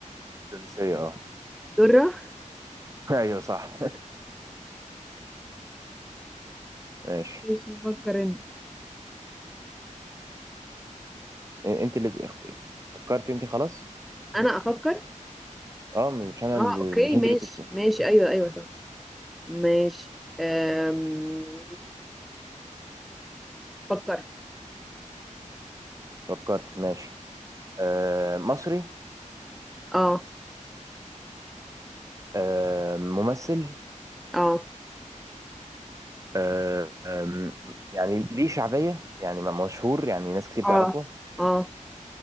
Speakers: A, on the right; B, in the centre.
A: تونسية اه
B: درة
A: <laughs> ايوه صح ماشي
B: ماشي فكر انت
A: إيه، انت اللي اخت... فكرت انت خلاص
B: انا افكر
A: اه مش انا
B: اه
A: اللي...
B: اوكي
A: مش انت
B: ماشي
A: اللي كنت
B: ماشي ايوه ايوه صح ماشي أم... فكرت
A: فكرت ماشي آه مصري
B: اه
A: آه ممثل
B: اه
A: آه آم، يعني ليه شعبية يعني مشهور يعني ناس كتير
B: اه
A: تعرفه
B: اه